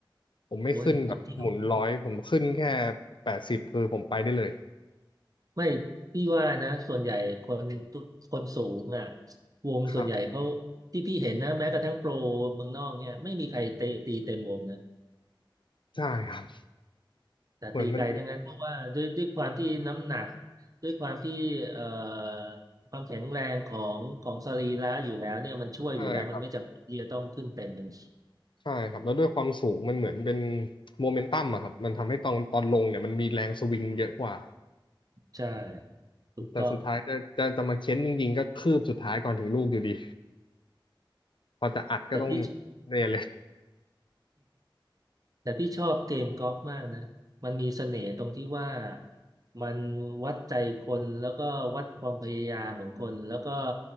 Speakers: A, on the left; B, on the right.
A: ผมไม่ขึ้นแบบหมุนร้อยผมขึ้นแค่
B: โอ้ยจริง
A: แปดสิบคือผมไปได้เลย
B: ๆไม่พี่ว่านะส่วนใหญ่คนทุกคนสูงอ่ะวงส่วนใหญ่เขา
A: ครับ
B: ที่พี่เห็นนะแม้กระทั่งโปรเมืองนอกเนี่ยไม่มีใครเตะตีเต็มวงนะ
A: ใช่ครับ
B: แต่ตีไกลทั้งนั้นเพราะว่าด้วยด้วยความที่น้ำหนัก
A: เหมือนมัน
B: ด้วยความที่เอ่อความแข็งแรงของของสรีระอยู่แล้วเนี่ยมันช่วยอยู่แล้วมันไม่จำเป็นที่จะต้องขึ้นเต็มกัน
A: ใช่ครับใช่ครับแล้วด้วยความสูงมันเหมือนเป็นโมเมนตัมอะครับมันทำให้ตอนตอนลงเนี่ยมันมีแรงสวิงเยอะกว่า
B: ใช่ถูกต้อง
A: แต่สุดท้ายจะจะจะมาเค้นจริงๆก็คืบสุดท้ายก่อนถึงลูกอยู่ดีพอจะอัดก็ต้อง
B: แต่พี่
A: เนี่ยเลย
B: แต่พี่ชอบเกมกอล์ฟมากนะมันมีเสน่ห์ตรงที่ว่ามันวัดใจคนแล้วก็วัดความพยายามของคนแล้วก็